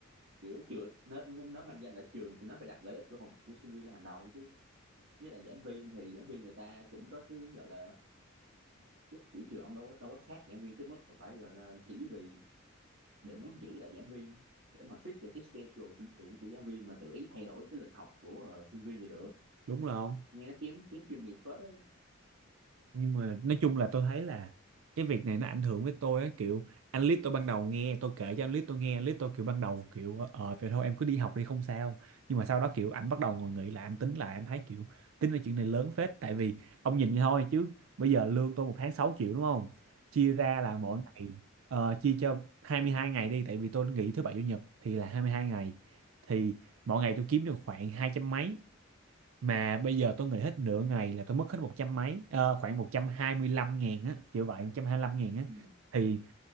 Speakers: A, on the right (about 65°); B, on the right (about 85°).
A: kiểu trường nó, nó, nó manh danh là trường thì nó phải đặt lợi ích của học của sinh viên là hàng đầu chứ với lại giảng viên thì giảng viên người ta cũng có cái gọi là cái kiểu trường ông đâu có- đâu có khác giảng viên tới mức mà phải gọi là chỉ vì để muốn giữ lại giảng viên để mà fit vào cái schedule của, của, của giảng viên mà tự ý thay đổi cái lịch học của ờ, sinh viên vậy được
B: đúng rồi không
A: nghe nó kém kém chuyên nghiệp phết đấy
B: nhưng mà nói chung là tôi thấy là cái việc này nó ảnh hưởng với tôi á kiểu anh Lít tôi ban đầu nghe tôi kể cho anh Lít tôi nghe anh Lít tôi kiểu ban đầu kiểu ờ ờ, vậy thôi em cứ đi học đi không sao nhưng mà sau đó kiểu anh bắt đầu ngồi nghĩ lại anh tính lại anh thấy kiểu tính là chuyện này lớn phết tại vì ông nhìn vậy thôi chứ bây giờ lương tôi một tháng 6 triệu đúng không chia ra là mỗi
A: ừ
B: ngày ờ, chia cho 22 ngày đi tại vì tôi nghỉ thứ bảy chủ nhật thì là 22 ngày thì mỗi ngày tôi kiếm được khoảng hai trăm mấy mà bây giờ tôi nghỉ hết nửa ngày là tôi mất hết một trăm mấy ờ, khoảng 125 ngàn á kiểu vậy 125 ngàn á
A: ừ
B: thì